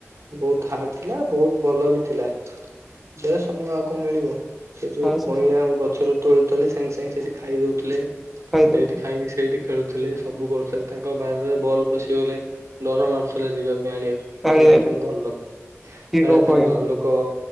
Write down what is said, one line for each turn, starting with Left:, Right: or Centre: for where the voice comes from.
Right: ବହୁତ ହାର୍ଡ ଥିଲା ବହୁତି ଭଲ ବି ଥିଲା।
Centre: ହୁଁ
Right: ସେ ସମୟ ଆଉ କଣ ମିଳିବ? ସେ ଯୋଉ
Centre: ଆଉ
Right: କଇଁଆ
Centre: ସବୁ
Right: ଗ ଗଛରୁ ତୋଳୁଥିଲେ। ସାଙ୍ଗେ ସାଙ୍ଗେ ସେଇଠି ଖାଇଦଉଥିଲେ ସେଇଠି
Centre: ଖାଇଦଉଥିଲେ।
Right: ଖାଇକି ସେଇଠି ଖେଳୁଥିଲେ। ସବୁ କରୁଥିଲେ ତାଙ୍କ ବାରିରେ ବଲ୍ ପଶିଗଲେ ଡର ମାରୁୁଥିଲା ଯିବା ପାଇଁ ଆଣିବାକୁ
Centre: ଆଣିବା
Right: କାଳେ ତାଙ୍କ ଘର ଲୋକ।
Centre: କିଏ
Right: କାଳେ
Centre: କଣ କହିବ
Right: ତାଙ୍କ ଘର ଲୋକ